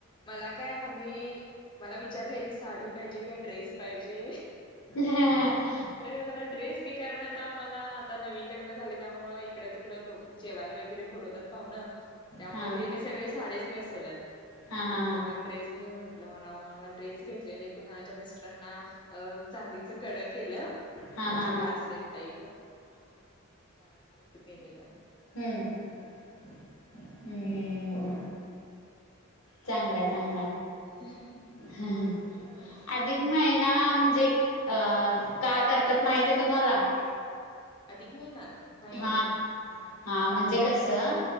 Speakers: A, on the left; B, on the left.
A: मला काय म मी मला विचारलेली. साडी पाहिजे काय, ड्रेस पाहिजे?
B: <unintelligible>
A: म्हटलं मला ड्रेस घे. कारण आता मला, आता नवीन लग्न झालय, त्यामूळ इकडं तिकडं लोक जेवायला वगैरे बोलवतात पाहूणं. त्यामुळे
B: हा
A: त्यांनी सगळे साडीच नेसवल्यात.
B: हा
A: मग म्हंटलं
B: हा हा
A: ड्रेस घे म्हटलं मला. मग मला ड्रेस घेतलेले. पुन्हा माझ्या मिस्टरांना, अ चांदीच कडं केलं.
B: हा
A: म्हणजे
B: हा हा
A: ब्रासलेट टाईप. हा. आसं केलेल.
B: हम्म. हम्म, हम्म, हम्म, हम्म. चांगलंय, चांगलाय.
A: <unintelligible>
B: <inaudible> अधिक महिना, म्हणजे अ का करतात माहितेय तुम्हाला?
A: अधिक महिन्यात? नाही
B: हा.
A: हो नाही
B: हा, म्हणजे कसं?